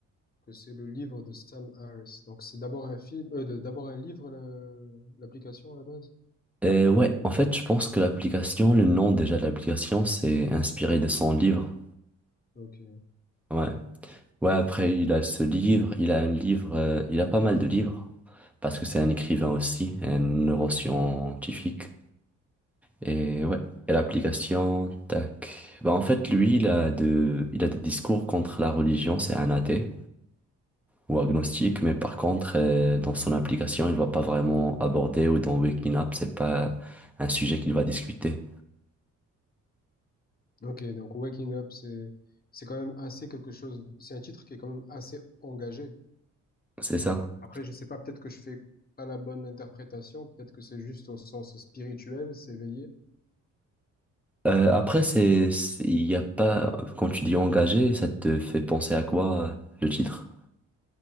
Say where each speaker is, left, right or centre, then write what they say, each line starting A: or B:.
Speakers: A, on the left; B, in the centre.
A: que c'est le livre de Sam Harris. Donc, c'est d'abord un film, euh, de- d'abord un livre, le- l'application à la base.
B: Euh, ouais, en fait, je pense que l'application, le nom déjà de l'application, c'est inspiré de son livre.
A: Ok.
B: Ouais. Ouais, après, il a ce livre, il a un livre, euh, il a pas mal de livres. Parce que c'est un écrivain aussi, un neuroscientifique. Et ouais. Et l'application, tac. Bah, en fait, lui, il a de, il a des discours contre la religion, c'est un athée. ou agnostique, mais par contre, euh, dans son application, il va pas vraiment aborder ou dans Waking Up, c'est pas un sujet qu'il va discuter.
A: Ok. Donc, Waking Up, c'est, c'est quand même assez quelque chose. C'est un titre qui est quand même assez engagé.
B: C'est ça.
A: Après, je sais pas, peut-être que je fais pas la bonne interprétation. Peut-être que c'est juste au sens spirituel, s'éveiller.
B: Euh, après, c'est, c'est- il y a pas, quand tu dis engagé, ça te fait penser à quoi, euh, le titre?